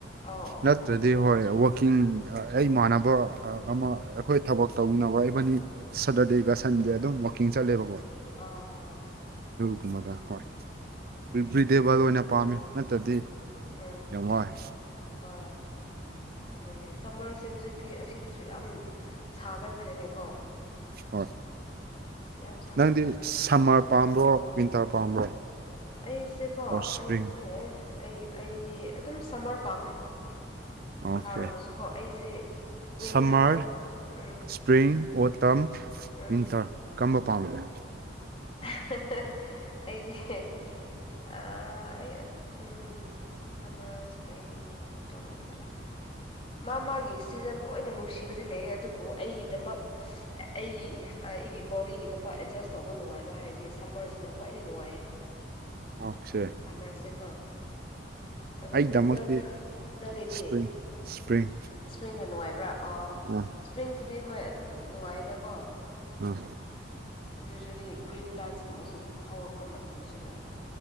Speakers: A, on the left; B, on the right.
A: ꯑꯣ ꯑꯣ
B: ꯅꯠꯇ꯭ꯔꯗꯤ
A: ꯑꯣ
B: ꯍꯣꯏ ꯀꯤꯡ ꯑꯩꯃꯥꯟꯅꯕ ꯑꯃ ꯑꯩꯈꯣꯏ ꯊꯕꯛ ꯇꯧꯃꯤꯟꯅꯕ ꯏꯕꯥꯅꯤ ꯁꯇꯔꯗꯦꯒ ꯁꯟ ꯗꯤ ꯑꯗꯨꯝ ꯋꯥꯀꯤꯡ ꯆꯠꯂꯦꯕꯀꯣ
A: ꯑ ꯑ
B: ꯒꯨꯨꯝꯕꯗ ꯍꯣꯏ ꯚ꯭ꯔꯤꯗꯦꯕꯜ
A: ꯑꯣꯀꯦ
B: ꯑꯣꯏꯅ ꯄꯥꯝꯃꯤ ꯅꯠꯇ꯭ꯔꯗꯤ
A: ꯎꯝ
B: ꯌꯥꯝ ꯋꯥꯢ
A: ꯍꯣꯏ ꯑꯗꯨꯅꯦ ꯁꯝꯃꯔꯁꯦ ꯍꯧꯖꯤꯛꯇꯤ ꯑꯁꯤꯗꯁꯨ ꯌꯥꯝ ꯁꯥꯒꯠꯈ꯭ꯔꯦꯅꯦꯀꯣ
B: ꯍꯣꯏ
A: ꯌꯥꯝ ꯁꯥꯒꯠꯈ꯭ꯔꯦ
B: ꯅꯪꯗꯤ ꯁꯝꯃꯔ ꯄꯥꯝꯕ꯭ꯔꯣ ꯋꯤꯟꯇꯔ ꯄꯥꯝꯕ꯭ꯔꯣ
A: ꯑꯩꯁꯦꯀꯣ
B: ꯑꯣ ꯁꯄ꯭ꯔꯤꯡ
A: ꯑꯩꯁꯦ ꯑꯩ ꯑꯩꯗꯤ ꯑꯗꯨꯝ ꯁꯝꯃꯔ ꯄꯥꯝꯃꯦ
B: ꯑꯣꯀꯦ
A: ꯁꯥꯔꯒꯁꯨꯀꯣ ꯑꯩꯁꯦ ꯋꯤꯟꯇꯔꯁꯦ
B: summer
A: um
B: spring autumn
A: um
B: winter ꯀꯝꯕ ꯄꯥꯝꯒꯦ
A: ꯑ ꯍ ꯍꯥ ꯑꯩꯗꯤ ꯑ ꯑꯩ um um summer spring autumn winter ꯃꯥ ꯃꯥꯒꯤ ꯁꯤꯖꯟ ꯂꯣꯏꯅ ꯅꯨꯡꯁꯤꯕꯗꯤ ꯂꯩ ꯑꯗꯨꯕꯨ ꯑꯩꯒꯤꯗꯃꯛ ꯑꯩꯒꯤ ꯑꯩꯒꯤ ꯕꯣꯗꯤꯒꯤꯗꯃꯛ ꯑꯦꯗꯖꯁ ꯇꯧꯕ ꯅꯨꯡꯉꯥꯏꯕ ꯍꯥꯏꯔꯗꯤ ꯁꯝꯃꯔꯁꯤꯅ ꯈ꯭ꯋꯥꯏꯗꯒꯤ ꯅꯨꯡꯉꯥꯏꯌꯦ
B: ꯑꯣꯀꯦ
A: ꯁꯝꯃꯔꯁꯦꯀꯣ ꯑꯗ
B: ꯑꯩꯒꯤꯗꯃꯛꯇꯤ
A: ꯋꯤꯟꯇꯔ ꯅꯪꯉꯤꯗꯤ
B: ꯁꯄ꯭ꯔꯤꯡ ꯁꯄ꯭ꯔꯤꯡ
A: ꯏꯁꯄ꯭ꯔꯤꯡꯅ ꯅꯨꯡꯉꯥꯏꯕ꯭ꯔꯥ ꯑꯣ
B: ꯑꯥ
A: ꯏꯁꯄ꯭ꯔꯤꯡꯁꯤꯗꯤ ꯍꯣꯏ ꯑꯗꯨꯝ ꯅꯨꯡꯉꯥꯏꯗꯀꯣ
B: ꯑꯥ
A: ꯌꯨꯖ꯭ꯋꯦꯂꯤ ꯒ꯭ꯔꯤꯟ ꯄ꯭ꯂꯥꯟꯁꯀꯨꯝꯕꯁꯨ ꯑꯗꯨꯝ ꯍꯧꯔꯛꯄ ꯃꯇꯝꯁꯤꯅ